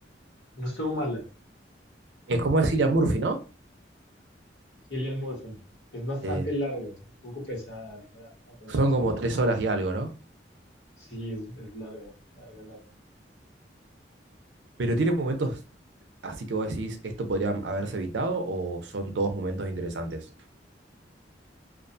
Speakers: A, on the left (about 70°); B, on the right (about 75°).
A: no estuvo mala.
B: Es como es Cillian Murphy, ¿no?
A: Cillian Murphy. Es bastante
B: Eh,
A: larga, un poco pesada a, a ratos,
B: son como
A: pero
B: tres horas y algo, ¿no?
A: sí es, es larga, larga, larga.
B: Pero tiene momentos así que vos decís, ¿esto podría haberse evitado o son todos momentos interesantes?